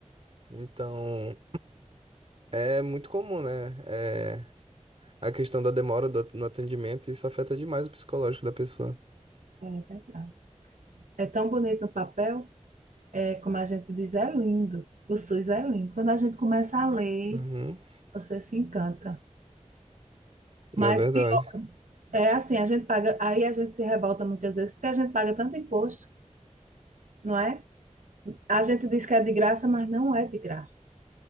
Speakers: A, on the right; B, on the right.
A: então é muito comum, né? É, a questão da demora do- no atendimento, isso afeta demais o psicológico da pessoa.
B: É verdade. É tão bonito no papel, é como a gente diz, é lindo. O SUS é lindo. Quando a gente começa a ler,
A: Uhum,
B: você se encanta.
A: é
B: Mas
A: verdade.
B: pior, é assim, a gente paga, aí a gente se revolta muitas vezes porque a gente paga tanto imposto, não é? A gente diz que é de graça, mas não é de graça.